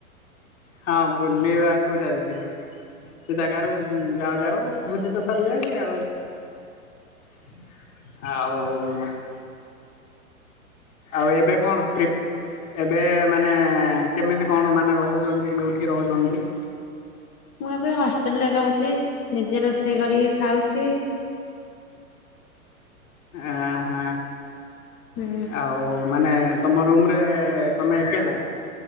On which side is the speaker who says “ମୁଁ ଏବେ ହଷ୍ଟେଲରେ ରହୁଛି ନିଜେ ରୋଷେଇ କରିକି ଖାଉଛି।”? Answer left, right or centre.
Left